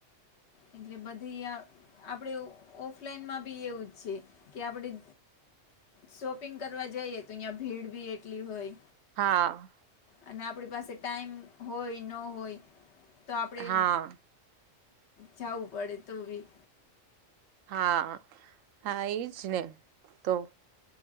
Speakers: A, on the left (about 60°); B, on the right (about 85°).
A: એટલે બધી આ આપણે ઓફલાઈનમાં બી એવું જ છે. કે આપણે શોપિંગ કરવા જઈએ, તો અહીંયા ભીડ ભી એટલી હોય.
B: હા.
A: અને આપણી પાસે ટાઈમ હોય, ન હોય તો આપણે
B: હા
A: જાવું પડે તોબી.
B: હા હા ઈજ ને તો